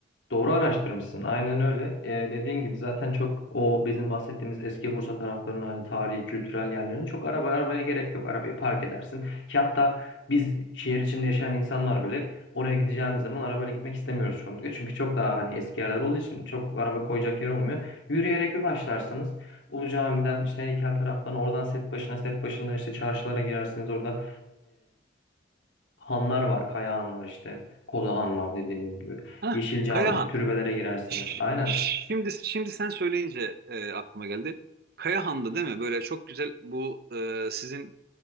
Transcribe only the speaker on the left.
Doğru araştırmışsın. Aynen öyle. Ee, dediğin gibi zaten çok o bizim bahsettiğimiz eski Bursa taraflarının hani tarihi, kültürel yerlerin çok araba arabaya gerek yok. Arabayı park edersin. Ki hatta biz şehir içinde yaşayan insanlar bile oraya gideceğimiz zaman arabayla gitmek istemiyoruz çoğunlukla. Çünkü çok daha hani eski yerler olduğu için çok araba koyacak yer olmuyor. Yürüyerek bir başlarsınız. Ulu Cami'den işte heykel taraftan oradan set başına set başından işte çarşılara girersiniz. Orada Hanlar var, Kaya Han var işte. Koza Han var dediğiniz gibi.
Yeşil Cami,
türbelere girersiniz.
Aynen.